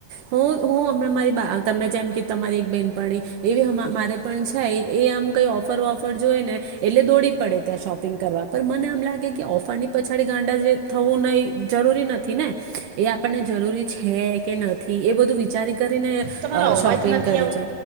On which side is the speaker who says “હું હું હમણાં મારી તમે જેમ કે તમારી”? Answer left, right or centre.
Right